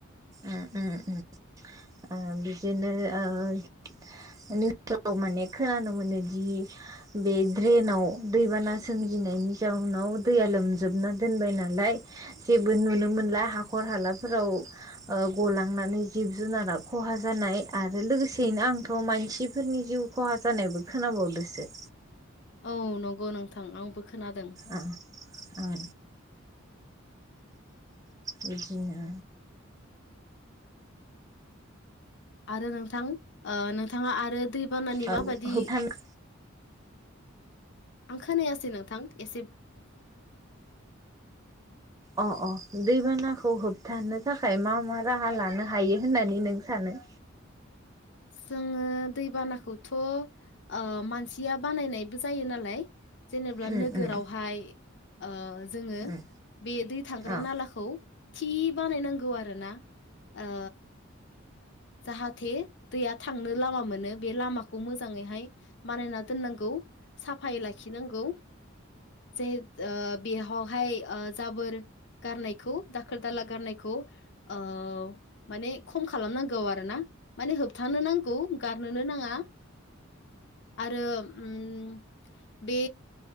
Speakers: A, on the right; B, on the left.
A: ओम ओम ओम ओ बिदिनो ओ। <unintelligible> माने खोनानो मोनोदि बे ड्रेनाव दैबाना सोमजि। गिनायनि जाउनाव दैया लोमोबना दोन नालाय जेबो नुनो मोनला हाखर हाला। फोराव ओ गलांनानै जिब जुनाराव। खहा जानाय आरो लोगोसेयैनो आंथ' मानसिफोरनि जिउ खहा जानायबो खोनाबावदोसो।
B: औ नंगौ नोंथां आंबो। खोनादों
A: आ ओ। बिदिनो।
B: आरो नोंथां ओ नोंथाङा आरो दै बानानि
A: औ
B: माबादि।
A: होबथानो
B: आं खोनायासै नोंथां एसेब।
A: ओ अ अ दैबानाखौ होबथानो थाख। थाखाय मा मा राहा लानो हायो होननानै नों सानो।
B: जोङो। ओ दै बानाखौथ' ओ मानसिया बानायनायबो जायो नालाय। जेनेब्ला
A: उम
B: नोगोरावहाय
A: उम
B: ओ जोङो।
A: उम
B: बे दै थांग्रा
A: औ
B: नालाखौ थि बानायनांगौ आरो ना। ओ। जाहाथे दैया थांनो लामा मोनो बे लामाखौ मोजाङैहाय मानायना दोननांगौ। साफायै लाखिनांगौ। जे ओ बेहावहाय ओ जाबोर। गारनायखौ दाखोर दाला गारनायखौ ओमाने खम खालामनांगौ। गौ आरोना आरो होबथानो नांगौ गारनोनो नाङा आरो। ओम बे